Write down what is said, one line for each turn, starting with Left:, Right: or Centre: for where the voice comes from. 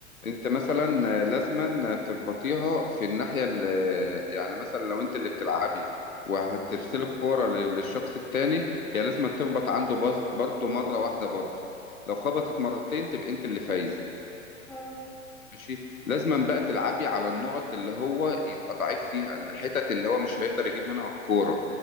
Left: انت مثلا لازما تخبطيها في الناحيه اللي يعني مثلا لو انت اللي بتلعبي وهترسلي
Centre: أمم،
Left: الكوره لل- للشخص التاني هي لازم تخبط عنده بر- برضه مره واحده برضه لو خبطت
Centre: أمم.
Left: مرتين تبقى انت اللي فايزه
Centre: اه
Left: ماشي لازما بقى تلعبي على النقط اللي هو يبقى ضعيف فيها الحتت اللي هو مش هيقدر يجيب منها الكورة